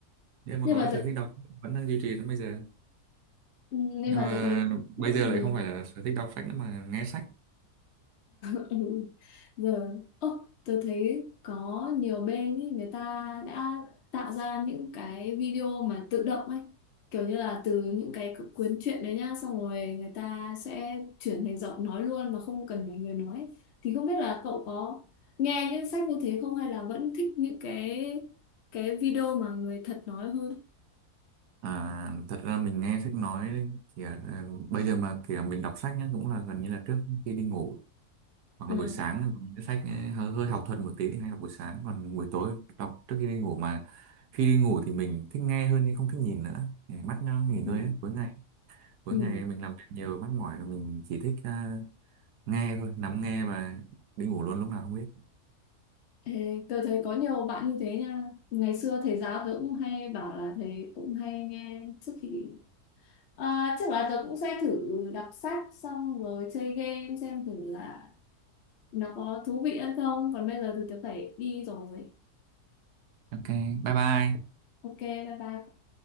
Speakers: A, on the right; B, on the left.
A: nhưng mà
B: nhưng
A: có
B: mà
A: cái
B: tớ,
A: sở thích đọc vẫn đang duy trì đến bây giờ
B: ừ, nhưng
A: nhưng
B: mà
A: mà
B: tớ thấy cũng
A: bây giờ lại
B: được
A: không phải là sở thích đọc sách nữa mà nghe sách
B: <laughs> giờ ơ tôi thấy có nhiều bên ý, người ta đã tạo ra những cái video mà tự động ấy kiểu như là từ những cái cuốn truyện đấy nhá xong rồi người ta sẽ chuyển thành giọng nói luôn mà không cần phải người nói thì không biết là cậu có nghe những sách như thế không hay là vẫn thích những cái cái video mà người thật nói hơn
A: À, thật ra mình nghe sách nói thì à, bây giờ mà kiểu mình đọc sách nhá cũng là gần như là trước khi đi ngủ hoặc
B: ừ.
A: là buổi sáng những cái sách ấy, hơi, hơi học thuật một tí thì hay đọc buổi sáng còn buổi tối đọc trước khi đi ngủ mà khi đi ngủ thì mình thích nghe hơn nhưng không thích nhìn nữa để mắt nó nghỉ ngơi
B: Ừ.
A: ấy. Cuối ngày cuối
B: Ừ.
A: ngày mình làm việc nhiều mắt mỏi rồi mình chỉ thích à, nghe thôi nắm nghe và đi ngủ luôn lúc nào không biết
B: Ê, tôi thấy có nhiều bạn như thế nha ngày xưa thầy giáo tôi cũng hay bảo là thầy cũng hay nghe trước khi À, chắc là tớ cũng sẽ thử đọc sách xong rồi chơi game xem thử là nó có thú vị hơn không. Còn bây giờ thì tớ phải đi rồi.
A: ok bye bye
B: Ok, bye bye.